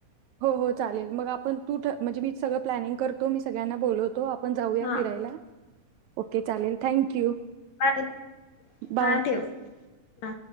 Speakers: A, on the right (about 75°); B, on the left (about 65°).
A: हो हो चालेल मग आपण तू ठ म्हणजे मी सगळ प्लॅनिंग कर तू मी सगळ्यांना बोलव तो आपण जाऊया
B: हा
A: फिरायला. ओके चालेल थँक यू.
B: Bye
A: bye.
B: हा ठेव हा